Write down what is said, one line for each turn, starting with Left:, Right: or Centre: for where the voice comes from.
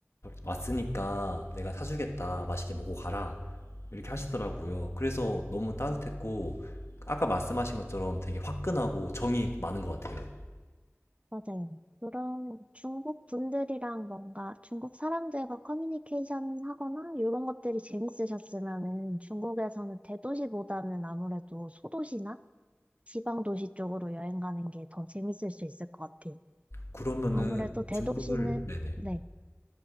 Left: 왔으니까 내가 사주겠다, 맛있게 먹고 가라 이렇게 하시더라고요. 그래서 너무 따뜻했고 아까 말씀하신 것처럼 되게 화끈하고 정이 많은 것 같아요.
Right: 맞아요. 그런 중국 분들이랑 뭔가 중국 사람들과 커뮤니케이션 하거나 이런 것들이 재밌으셨으면은 중국에서는 대도시보다는 아무래도 소도시나 지방 도시 쪽으로 여행 가는 게 더 재밌을 수 있을 것 같아요.
Left: 그러면은
Right: 아무래도 대도시는,
Left: 중국을 네네.
Right: 네.